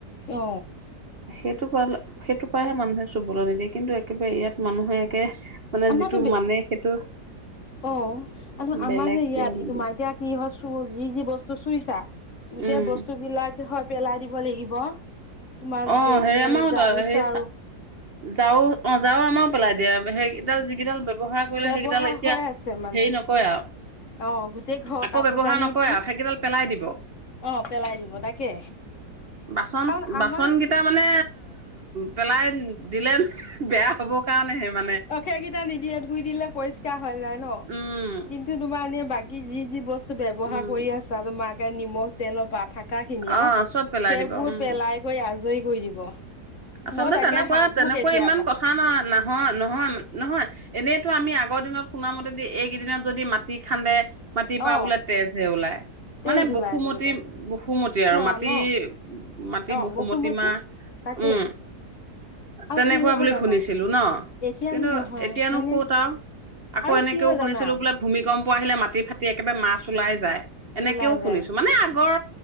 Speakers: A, on the left; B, on the right.
A: অ
B: সেইটো পালে-সেইটো পৰাহে মানুহ চুবলৈ নিদিয়ে, কিন্তু একেবাৰে ইয়াত মানুহে একে মানে
A: আমাৰতো
B: যিটো
A: বে
B: মানে সেইটো
A: অ', আৰু নহয়, আমাৰ
B: বেলেগকে
A: যে ইয়াত
B: মানে
A: এইটো তোমাৰ
B: দিয়ে
A: এতিয়া কি হয় যি যি বস্তু চুইছা, গোটেই
B: উম
A: বস্তুবিলাক হয়তো পেলাই দিব লাগিব তোমাৰ গোটেই
B: অ', হেৰি
A: মানে
B: আমাৰো
A: ঝাৰু
B: তাত, হেৰি
A: চাৰু
B: ঝাড়ু অ', ঝাড়ু আমাৰ পেলাই দিয়ে, সেইকেইডাল যি কেইডাল ব্যৱহাৰ কৰিলে,
A: ব্যৱহাৰ
B: সেইকেইডাল এতিয়া
A: হৈ আছে মানে
B: হেৰি নকৰে আৰু।
A: অ গোটেই ঘৰ
B: আকৌ
A: কাপোৰ
B: ব্যৱহাৰ
A: কানি
B: নকৰে
A: ধুই
B: আৰু, সেইকেইডাল পেলাই দিব।
A: অ', পেলাই দিব, তাকে
B: বাচন-বাচনকেইটা
A: কাৰণ আমাৰ
B: মানে, পেলাই দিলে বেয়া হ'ব কাৰণেহে মান
A: অ', সেইকেইটা নিদিয়ে, ধুই দিলে পৰিষ্কাৰ হৈ যায় ন,
B: উম
A: কিন্তু তোমাৰ এনে বাকী যি যি বস্তু ব্যৱহাৰ
B: উম
A: কৰি আছা, তোমাৰ একে নিমখ তেলৰ পৰা থাক কা খিনি
B: অ
A: আৰু,
B: চব পেলাই
A: সেইবোৰ
B: দিব উম
A: পেলাই কৰি আজৰি কৰি দিব।
B: আচলতে
A: মই তাকে
B: তেনেকুৱা-তেনেকুৱা
A: ভাবো কেতিয়াবা
B: ইমান কথা না-নহয়-নহয়-নহয়, এনেইতো আমি আগৰ দিনত শুনামতে দেই, এইকেইদিনত যদি মাটি খান্দে মাটিৰ পৰা
A: অ
B: বোলে তেজ হে ওলায়
A: তেইছ
B: মানে
A: জুলাই
B: বসুমতি,
A: বুলি কয়
B: বসুমতি
A: চোৱা
B: আৰু মাটি-মাটি
A: ন অ
B: বসুমতি
A: বসুমতী
B: মা
A: তাকে
B: উম
A: আৰু
B: তেনেকুৱা
A: কি হৈছে
B: বুলি
A: জানা
B: শুনিছিলো ন,
A: এতিয়াতো
B: কিন্তু
A: নহয়
B: এতিয়ানো
A: হয়নে
B: ক'ত আৰু আকৌ
A: আৰু
B: এনেকেও
A: কি হয়
B: শুনিছিলো
A: জানা
B: বোলে ভূমিক কম্প আহিলে মাটি ফাটি একেবাৰে মাছ ওলাই যায়, এনেকেও
A: ওলাই
B: শুনিছোঁ,
A: যায়
B: মানে আগৰ